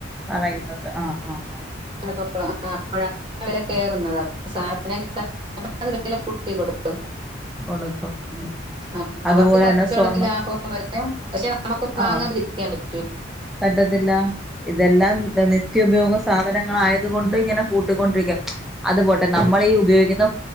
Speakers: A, in the centre; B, on the right.
A: പറയുന്നത് ആ ആ ആ
B: <unintelligible> കേറുന്നത് <unintelligible>
A: കൊടുക്കും ഉം അതുപോലെ
B: അവർക്ക് കച്ചവടത്തിൽ
A: തന്നെ സ്വർണ്ണ
B: ലാഭം <unintelligible> പക്ഷെ നമ്മക്ക്
A: ആ
B: വാങ്ങാതിരിക്കാൻ പറ്റുവോ
A: പറ്റത്തില്ല ഇതെല്ലാം നിത്യ ഉപയോഗ സാധനങ്ങളായത്. കൊണ്ട് ഇങ്ങനെ കൂട്ടിക്കൊണ്ടിരിക്ക, അത്പോട്ടെ നമ്മള് ഈ ഉപയോഗിക്കുന്ന.